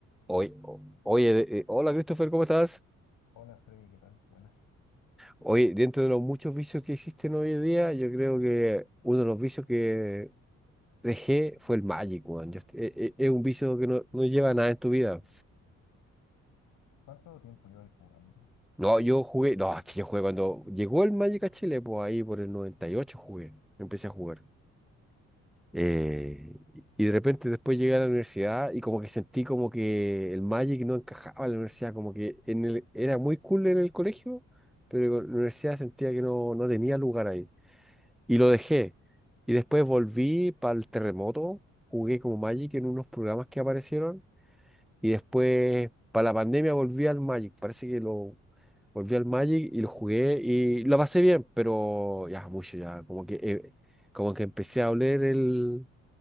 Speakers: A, in the centre; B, on the left.
A: Oye, o- oye, eh, hola Christopher, ¿cómo estás?
B: Hola Freddy, ¿qué tal? Buenas.
A: Oye, dentro de los muchos vicios que existen hoy en día, yo creo que uno de los vicios que dejé fue el Magic, weón. Yo- eh, eh, es un vicio que no, no lleva a nada en tu vida.
B: ¿Cuánto tiempo llevas jugando?
A: No,
B: May?
A: yo jugué, no, es que yo jugué cuando llegó el Magic a Chile, pues ahí por el 98 jugué, empecé a jugar. Eh, y de repente después llegué a la universidad y como que sentí como que el Magic no encajaba en la universidad, como que en el, era muy cool en el colegio, pero en
B: ¿Ya?
A: la universidad sentía que no, no tenía lugar ahí. Y lo dejé. Y después volví para el terremoto, jugué como Magic en unos programas que aparecieron y después para la pandemia volví al Magic. Parece que lo volví al Magic y lo jugué y lo pasé bien, pero ya mucho, ya como que... eh, como que empecé a oler el,